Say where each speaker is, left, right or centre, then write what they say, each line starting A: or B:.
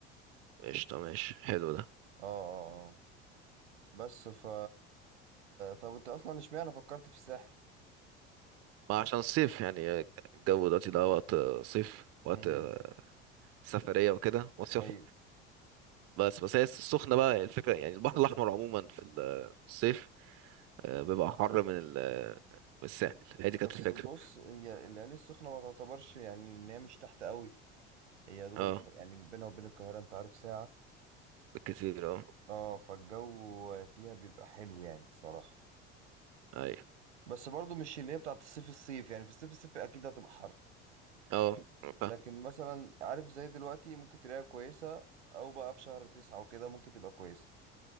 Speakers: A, on the right; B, on the right.
A: قشطة ماشي حلو ده
B: اه اه اه بس ف طب انت اصلا اشمعنى فكرت في الساحل
A: ما عشان الصيف يعني آه، الجو دلوقتي ده وقت آه، صيف وقت
B: امم
A: آه، سفرية وكده مصيف
B: ايوه
A: بس بس هي السخنة بقى الفكرة يعني البحر الأحمر عموما في ال- آه، في الصيف آه، بيبقى حر من ال- آه، من الساحل هي دي
B: بس
A: كانت الفكرة
B: بص هي العين السخنه ما تعتبرش يعني ان هي مش تحت قوي هي يا دوبك
A: اه
B: يعني بينها وبين القاهره انت عارف ساعه
A: بالكتير اه
B: اه فالجو فيها بيبقى حلو يعني الصراحه
A: ايوه
B: بس برضو مش اللي هي بتاعت الصيف الصيف يعني في الصيف الصيف اكيد هتبقى حر
A: اه فاهم
B: لكن مثلا عارف زي دلوقتي ممكن تلاقيها كويسه او بقى في شهر تسعة وكده ممكن تبقى كويسه